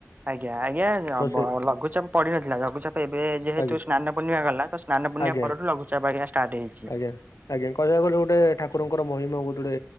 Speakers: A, on the right; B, on the left.
A: ଆଜ୍ଞା ଆଜ୍ଞା
B: ତ ସେ
A: ଲଘୁଚାପ ପଡିନଥିଲା, ଲଘୁଚାପ ଏବେ ଯେହେତୁ
B: ଆଜ୍ଞା
A: ସ୍ନାନ ପୂର୍ଣ୍ଣିମା ଗଲା ତ, ସ୍ନାନ ପୂର୍ଣ୍ଣିମା
B: ଆଜ୍ଞା
A: ପରଠୁ ଲଘୁଚାପ ଆଜ୍ଞା ଷ୍ଟାର୍ଟ ହେଇଛି।
B: ଆଜ୍ଞା ଆଜ୍ଞା କହିବାକୁ ଗଲେ ଗୋଟେ ଠାକୁରଙ୍କର ମହିମା ବହୁତ୍ ଗୁଡେ